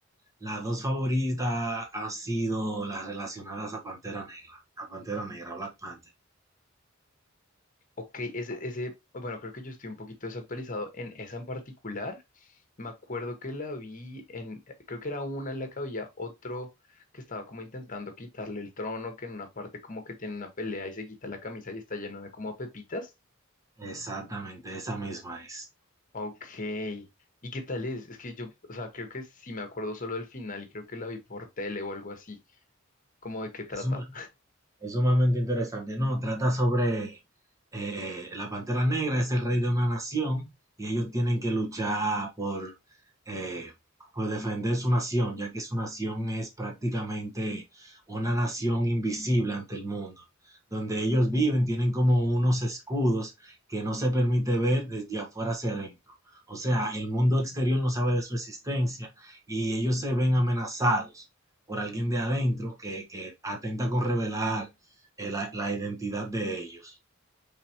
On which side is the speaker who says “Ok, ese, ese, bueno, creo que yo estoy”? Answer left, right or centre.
Left